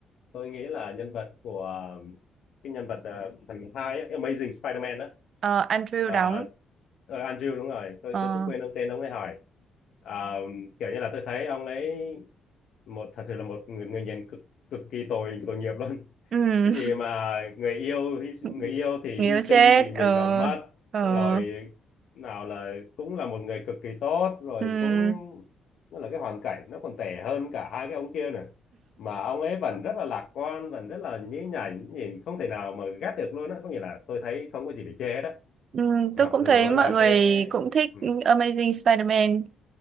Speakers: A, on the left; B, on the right.
A: tôi nghĩ là nhân vật của ờ, cái nhân vật ờ, phần hai ấy, Amazing Spider-Man á
B: ờ, Andrew
A: Ờ,
B: đóng
A: ờ, Andrew đúng rồi tôi
B: ờ
A: tôi cứ quên ông tên ông ấy hỏi Ờ, kiểu như là tôi thấy ông ấy một thật sự là một người, người nhìn cực cực kỳ tội tội nghiệp luôn
B: ừm,
A: cái gì mà người yêu hy, người
B: <laughs>
A: yêu thì
B: nghĩa
A: hy sinh
B: chết
A: vì mình
B: ờ
A: mà mất
B: ờ
A: rồi nào là cũng là một người cực kỳ tốt rồi
B: ừm,
A: cũng nó là cái hoàn cảnh nó còn tệ hơn cả hai cái ông kia nữa mà ông ấy vẫn rất là lạc quan vẫn rất là nhí nhảnh nhìn không thể nào mà ghét được luôn á có nghĩa là tôi thấy không có gì để chê hết á
B: ừm,
A: mặc
B: tôi cũng
A: dù
B: thấy mọi
A: là
B: người
A: cái
B: cũng thích
A: ừ,
B: Amazing Spider-Man